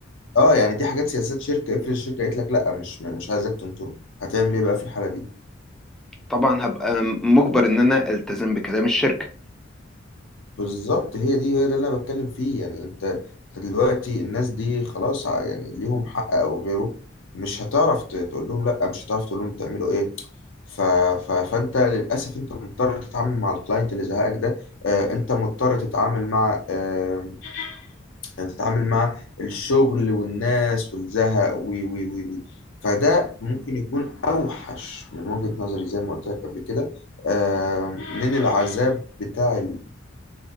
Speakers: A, on the left; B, in the centre.
A: اه يعني دي حاجات سياسات شركه افرض الشركه قالت لك لا مش مش عايزك تنطر هتعمل ايه بقى في الحاله دي
B: طبعا هبقى مجبر ان انا التزم بكلام الشركة
A: بالظبط هي دي هي ده اللي انا بتكلم فيه يعني انت أنت دلوقتي الناس دي خلاص ع- يعني ليهم حق او غيره مش هتعرف ت- تقول لهم لا مش هتعرف تقول لهم تعملوا ايه ف... ف... فانت للاسف انت مضطر تتعامل مع الكلاينت اللي زهقك ده آه انت مضطر تتعامل مع آه تتعامل مع الشغل والناس والزهق و... و... و... و... فده ممكن يكون اوحش من وجهة نظري زي ما قلت لك قبل كده آه من العذاب بتاع